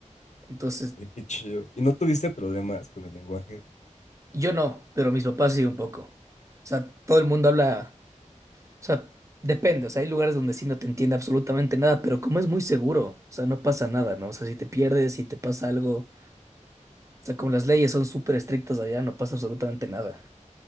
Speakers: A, on the right; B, on the left.
A: Entonces,
B: Oye, qué chido. ¿Y no tuviste problemas con el lenguaje?
A: yo no, pero mis papás sí un poco. O sea, todo el mundo habla O sea, depende, o sea, hay lugares donde sí no te entiende absolutamente nada, pero como es muy seguro, o sea, no pasa nada, ¿no? O sea, si te pierdes, si te pasa algo, o sea, como las leyes son súper estrictas allá, no pasa absolutamente nada.